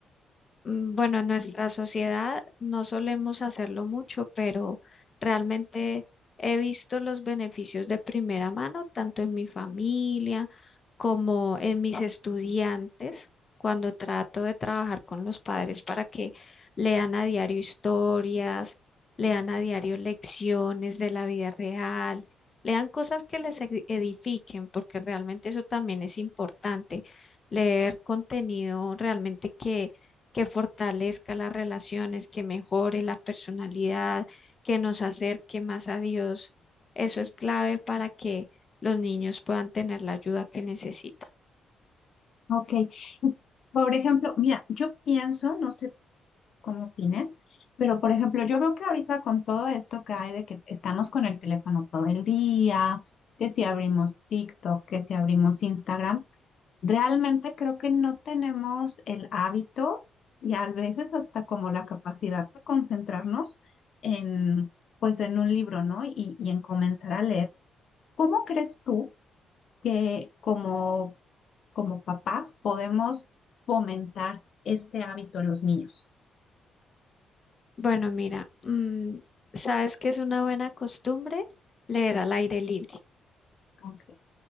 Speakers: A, on the left (about 35°); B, on the left (about 55°).
A: Mm, Bueno, en nuestra sociedad no solemos hacerlo mucho, pero realmente he visto los beneficios de primera mano, tanto en mi familia como en mis estudiantes, cuando trato de trabajar con los padres para que lean a diario historias, lean a diario lecciones de la vida real, lean cosas que les ed- edifiquen, porque realmente eso también es importante, leer contenido realmente que que fortalezca las relaciones, que mejore la personalidad, que nos acerque más a Dios. Eso es clave para que los niños puedan tener la ayuda que necesitan.
B: Ok. Por ejemplo, mira, yo pienso, no sé cómo opines, pero por ejemplo, yo veo que ahorita con todo esto que hay de que estamos con el teléfono todo el día, que si abrimos TikTok, que si abrimos Instagram, realmente creo que no tenemos el hábito y a veces hasta como la capacidad de concentrarnos en, pues en un libro, ¿no? Y, y en comenzar a leer. ¿Cómo crees tú que como como papás podemos fomentar este hábito en los niños.
A: Bueno, mira, mm, ¿sabes qué es una buena costumbre? Leer al aire libre.
B: Ok.